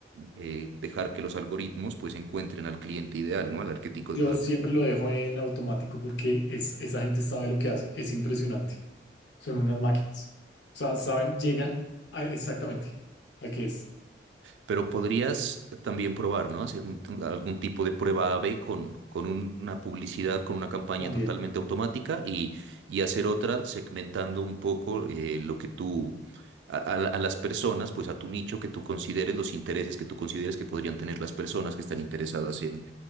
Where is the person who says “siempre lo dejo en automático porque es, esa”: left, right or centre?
Left